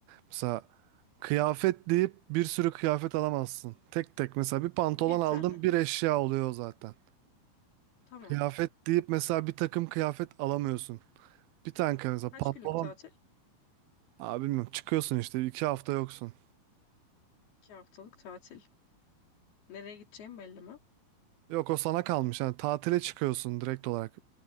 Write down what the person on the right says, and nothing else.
Mesela kıyafet deyip bir sürü kıyafet alamazsın. Tek tek mesela bir pantolon
aldın
bir eşya oluyor zaten.
Kıyafet deyip mesela bir takım kıyafet alamıyorsun. Bir tane kıyafet mesela
pantolon.
Abi bilmiyorum çıkıyorsun işte iki hafta yoksun.
Yok o sana kalmış. Yani tatile çıkıyorsun direkt olarak.